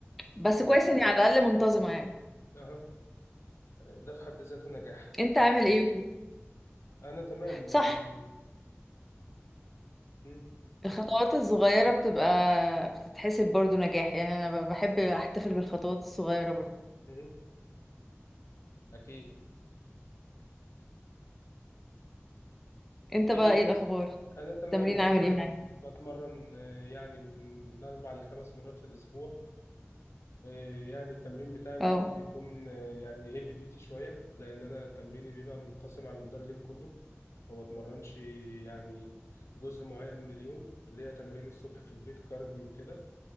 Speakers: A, in the centre; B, on the left.
A: بس كويس اني على الاقل منتظمه يعني
B: اها ده في حد ذاته نجاح
A: انت عامل ايه
B: انا تمام
A: صح
B: ال- مم.
A: الخطوات الصغيره بتبقى بتتحسب برضو نجاح يعني انا ب- بحب احتفل بالخطوات الصغيره برضو
B: مم. اكيد
A: انت
B: ايه
A: بقى ايه الاخبار
B: انا تمام
A: التمرين
B: انا
A: عامل ايه معاك
B: بتمرن آه، يعني من اربع لخمس مرات في الاسبوع آه، يعني التمرين بتاعي ممكن
A: اه
B: بيكون آه، يعني هيفي ديوتي شويه لان انا تمريني بيبقى منقسم على مدار اليوم كله ما بتمرنش يعني جزء معين من اليوم ليا تمرين الصبح في البيت كارديو كده